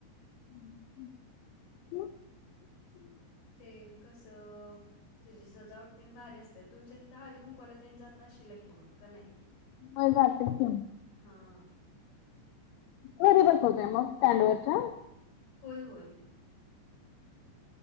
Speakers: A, on the left (about 85°); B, on the left (about 65°).
A: हम् <inaudible>
B: ते कसं. तुझी सजावट भारी असते तुमच्यािथं हाडी कुंकला जात असशिल की मग. का नाही?
A: होय जातोय की.
B: हां.
A: घरी बसवतय मग स्टँड वरच्या.
B: होय होय.